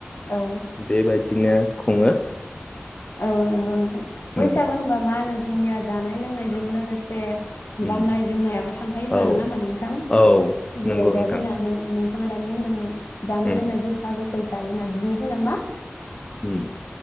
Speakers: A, on the left; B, on the left.
A: ओं
B: बेबायदि बिदिनो खुङो।
A: औ नंगौ नोंथां
B: उम
A: बैसागु होनबा मा होनो जोंनिया जानाय लोंनायजों लोगोसे
B: उम
A: गाननाय जोमनायाबो थांफायो होमबा
B: औ
A: नोङा होमबा नोंथां?
B: औ
A: जेरै‌
B: नंगौ
A: जा
B: नोंथां
A: जोंना नोंथाङा दानि होनदोंमोन जानाय
B: उम
A: लोंनाय गोखा गोख गोखै जायो होना बिदिनो जोंना मा
B: उम